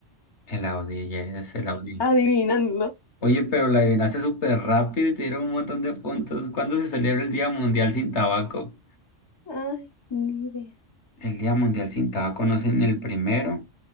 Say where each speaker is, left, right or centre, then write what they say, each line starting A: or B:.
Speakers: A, on the left; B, on the left.
A: el Audi, ya es el Audi.
B: Adivinando.
A: Oye, pero la adivinaste súper rápido y te dieron un montón de puntos. ¿Cuándo se celebra el Día Mundial sin Tabaco?
B: Ay, ni idea.
A: El Día Mundial sin Tabaco no es en el primero,